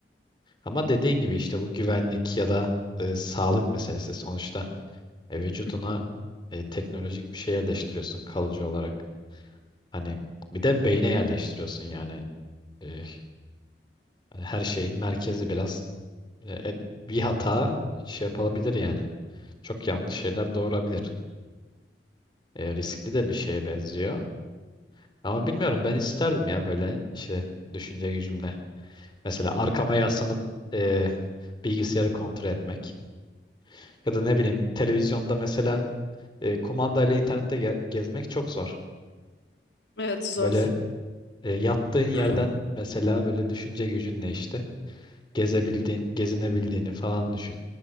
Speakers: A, on the left (about 25°); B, on the left (about 85°).
A: Ama dediğin gibi işte bu güvenlik ya da e, sağlık meselesi sonuçta e, vücuduna
B: <laughs>
A: e, teknolojik bir şey yerleştiriyorsun kalıcı olarak. Hani bir de beyne yerleştiriyorsun yani E, hani her şeyin merkezi biraz e, e, bir hata şey yapılabilir yani. Çok yanlış şeyler doğurabilir. E, riskli de bir şeye benziyor. Ama bilmiyorum ben isterdim ya böyle işte düşünce gücümle. Mesela arkama yaslanıp e, bilgisayarı kontrol etmek ya da ne bileyim televizyonda mesela e, kumandayla internette ge- gezmek çok zor.
B: Evet zor.
A: Böyle e, yattığın yerden
B: <laughs>
A: mesela böyle düşünce gücünle işte gezebildiğin, gezinebildiğini falan düşün.